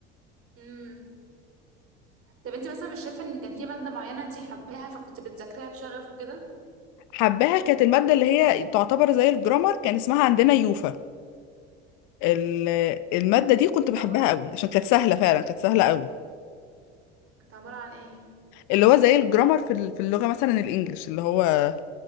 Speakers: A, on the right (about 40°); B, on the left (about 60°).
A: امم طب انت مثلا مش شايفه ان كان في ماده معينه انت حباها فكنت بتذاكريها بشغف وكده
B: حباها كانت المادة اللي هي تعتبر زي الجرامر كان اسمها عندنا يوفا ال- المادة دي كنت
A: كنت
B: بحبها
A: عباره عن
B: قوي
A: ايه
B: عشان كانت سهلة فعلا كانت سهلة قوي
A: كانت عبارة عن ايه
B: اللي هو زي الجرامر في ال- في اللغة مثلا الإنجليش اللي هو